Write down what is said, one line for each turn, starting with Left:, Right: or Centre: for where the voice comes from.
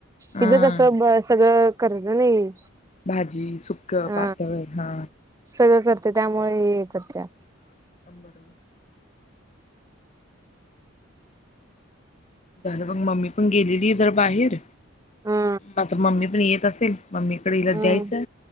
Left: हम्म.
Right: हिचं कसं सगळं कर्ज नाही.....
Left: भाजी सुक
Right: अ
Left: पातळ हा
Right: सगळं करते त्यामुळे येत्यात त्या...
Left: एकदम बरोबर झालं बघ मम्मी पण गेलेली जरा बाहीर
Right: हा
Left: आता मम्मी पण येत असेल.... ते.... मम्मी ककडे इला
Right: हम्म
Left: द्यायचं